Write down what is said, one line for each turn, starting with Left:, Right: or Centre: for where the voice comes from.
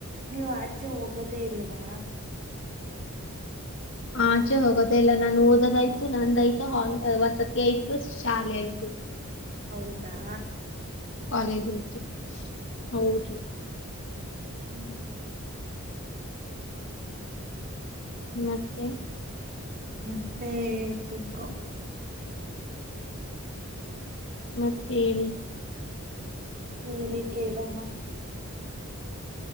Right: ನೀವ್ ಆಚೆ ಹೋಗೋದೇ ಇಲ್ವಾ
Left: ಆಚೆ ಹೋಗೋದೆ ಇಲ್ಲ ನಾನು ಓದೋದಾಯ್ತು ನಂದಾಯ್ತು ವಸತಿ ಆಯ್ತು ಶಾಲೆ ಆಯ್ತು ಹೂ
Right: ಹೌದಾ
Left: ಕಾಲೇಜ ಆಯ್ತು ಹೌದು
Right: ಹೂ
Left: ಮತ್ತೆ
Right: ಮತ್ತೆ ಕೇಳ್ಬೇಕು ಹೂ
Left: ಮತ್ತೆ ಹೇಳಿ
Right: ಹೇಳಿ ಕೇಳಣ